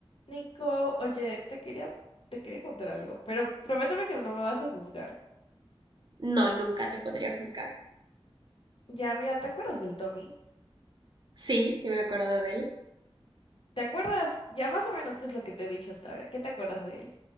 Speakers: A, on the left; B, on the right.
A: Nico, oye, te quería, te quería contar algo, pero prométeme que no me vas a juzgar.
B: No, nunca te podría juzgar.
A: Ya, mira, ¿te acuerdas del Tommy?
B: Sí, sí me acuerdo de él.
A: ¿Te acuerdas? Ya más o menos qué es lo que te he dicho hasta ahora. ¿Qué te acuerdas de él?